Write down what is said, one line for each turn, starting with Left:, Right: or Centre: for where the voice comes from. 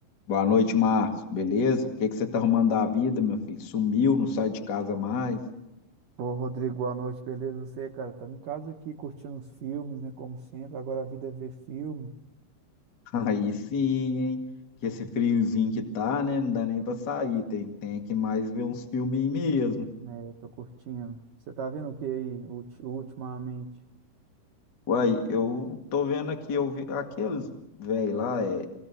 Left: Boa noite, Márcio. Beleza? O que que você tá arrumando da vida, meu filho? Sumiu, não sai de casa mais?
Right: Ô, Rodrigo, boa noite, beleza? Você, cara, tava em casa aqui curtindo uns filmes, né? Como sempre, agora a vida é ver filme,
Left: <laughs> Aí sim, hein? Que esse friozinho que tá, né? Não dá nem pra sair. Tem, tem que mais ver uns filminhos mesmo.
Right: né? Tô curtindo. Você tá vendo o que aí, ulti- ultimamente?
Left: Uai, eu tô vendo aqui, eu vi aqueles velho lá, é,